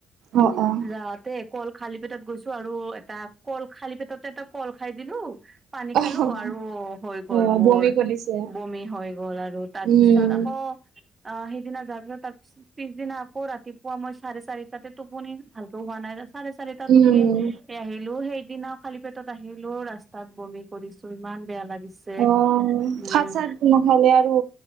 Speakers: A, on the right (about 75°); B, on the right (about 25°).
A: অ', অ'।
B: যাওঁতে অকল খালী পেটত গৈছো আৰু এটা কল খালী পেটতে এটা কল খাই দিলো পানী
A: অ
B: খালোঁ আৰু
A: অ
B: হৈ
A: অ',
B: গ'ল মোৰ
A: বমি কৰিছে
B: ব'মি হৈ গ'ল আৰু। তাৰ
A: উম,
B: পিছত আকৌ অ' সেইদিনা যোৱাৰ পিছত তাৰ পিছদিনা আকৌ ৰাতিপুৱা মই চাৰে চাৰিটাতে টোপনি ভালকে হোৱা নাই, চাৰে চাৰিটাত
A: উম।
B: উঠি এই আহিলো সেইদিনা খালি পেটত আহিলো ৰাস্তাত বমি কৰিছো ইমান বেয়া লাগিছে।
A: অ'
B: উম
A: ভাত চাত নাখালে আৰু